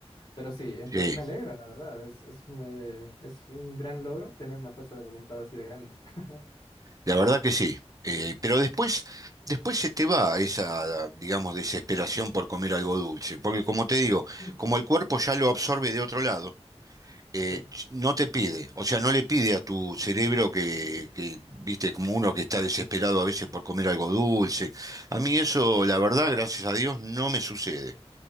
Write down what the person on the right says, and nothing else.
sí.
La verdad que sí. Eh, pero después, después se te va esa, digamos, desesperación por comer algo dulce. Porque como te digo,
como el cuerpo ya lo absorbe de otro lado, eh,
ch- no te pide, o sea, no le pide a tu cerebro que, que, viste, como uno que está desesperado a veces por comer algo dulce. A mí eso, la verdad, gracias a Dios, no me sucede.